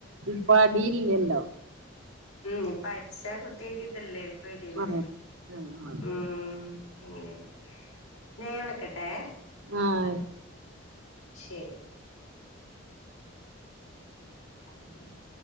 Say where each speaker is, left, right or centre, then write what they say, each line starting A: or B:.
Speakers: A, on the right (about 70°); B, on the left (about 85°).
A: പ്പടിയില്ലല്ലോ
B: ആഹ് ഇപ്പ അടിച്ച കുട്ടിയക്ക് ഇതല്ലേ പേടിയല്ലേ
A: ആഹ് ആഹ് അതെ
B: ആഹ് എങ്ങനെയെന്നു ന്നാ ഞാവെക്കട്ടെ
A: ആഹ
B: ശരി <inaudible>